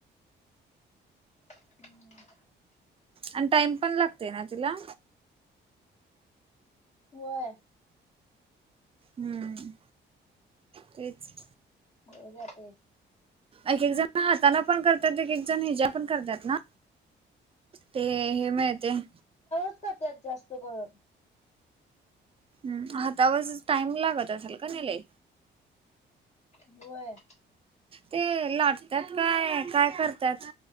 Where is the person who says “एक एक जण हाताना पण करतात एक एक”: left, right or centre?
Right